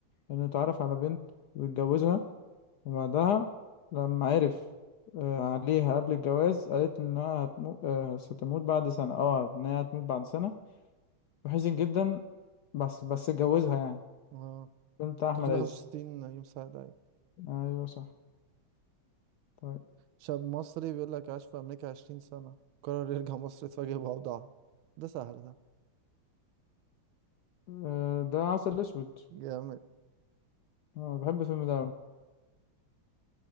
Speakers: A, on the left; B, on the right.
A: انه يتعرف على بنت ويتجوزها وبعدها لما عرف آه، عليها قبل الجواز قالت انها هتمو... آه، ستموت بعد سنة اه انها هتموت بعد سنة وحزن جدا بس بس اتجوزها يعني
B: اه
A: بنت احمد
B: 365
A: عز
B: يوم سعد أيوة
A: ايوه صح طيب
B: شاب مصري بيقول لك عاش في أمريكا 20 سنة قرر يرجع مصر يتفاجئ بأوضاعها ده سهل ده
A: آه، ده عسل اسود
B: جامد
A: اه بحب الفيلم ده أوي.